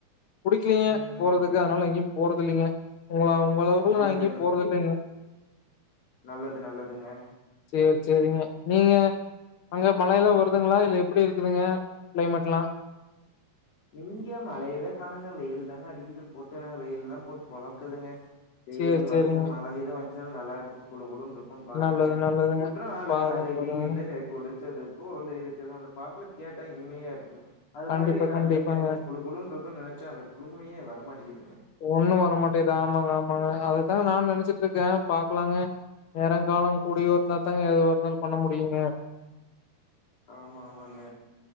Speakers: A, on the left (about 75°); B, on the left (about 60°).
A: புடிக்கிலீங்க
B: ம்.
A: போறதுக்கு அதனால எங்கேயு போறதில்லைங்க உங்கள உங்களவுக்கலா
B: நல்லது
A: நா எங்கெயு போறதில்லைங்க
B: நல்லது நல்லதுங்க
A: சேர் சேரிங்க நீங்க அங்க மழையெல்லா வருதுங்ளா இல்ல எப்டி இருக்குதுங்க கிளைமேட்லா
B: இங்க மழையவே காணங்க வெயில் தாங்க அடிக்குது போட்டு வெயில் தா போட் பொழக்குதுங்க வெயிலு
A: சேரி
B: மனுசன்
A: சேரிங்க
B: மழகிது வச்சா நல்லா இருக்கு குழு குழுன்ருக் குன் பாக்குறங்க
A: நல்லது நல்லதுங்க
B: குற்றால
A: பாருங்க
B: அருவியிலே‌
A: பாருங்க
B: குளி ச்சது போல் இருக்குதா அந்த பாட்லா கேட்டா இனிமையா இருக்கு அது
A: கண்டிப்பா
B: மாரி நா
A: கண்டிப்பாங்க
B: நெனைக்கிறங்க குழு குழுன்றுக்குன்னு நெனச்ச அந்த குழுமையே வர மாட்டேகுதுங்க
A: ஒண்ணு வரமாட்டேதா ஆமாங்க ஆமாங்க அதுதா நானு நெனச்சிட்ருக்கே பாக்லாங்க நேரங் காலங் கூடி வந்தா தாங்க ஏது ஒரு இருந்தாலு பண்ண முடியுங்க
B: ஆமா ஆமாங்க